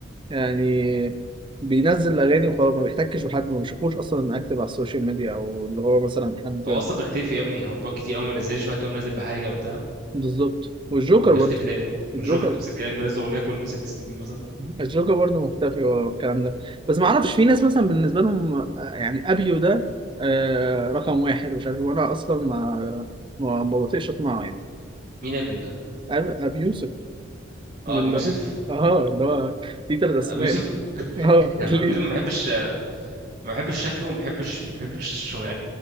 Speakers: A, on the right; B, on the right.
A: يعني بينزل أغاني وخلاص ما بيحتكش بحد ما بشوفوش أصلا أكتف على السوشيال ميديا أو اللي هو مثلا حد
B: هو أصلا بيختفي يا ابني هو بيقعد كتير أوي منزلش بعد كده منزل بحاجة وبتاع
A: بالظبط والجوكر
B: ويختفي
A: برضه
B: تاني
A: الجوكر
B: والجوكر نفس الكلام بينزل اغنيه كل ست سنين مثلا
A: الجوكر برضه مختفي والكلام ده بس ما اعرفش في ناس مثلا بالنسبه لهم آه، يعني ابيو ده آه، رقم واحد ومش عارف إيه، وانا اصلا ما ما ما بطيقش اسمعه يعني
B: مين ابيو ده
A: أب- ابي يوسف
B: اه
A: من
B: ابو يوسف
A: ال- اه اللي هو ليه ثلاث اسماء
B: ابو يوسف ده <laughs>
A: اه ليه
B: أنا ابو يوسف ما بحبش ما بحبش شكله ما بحبش ما بحبش شو-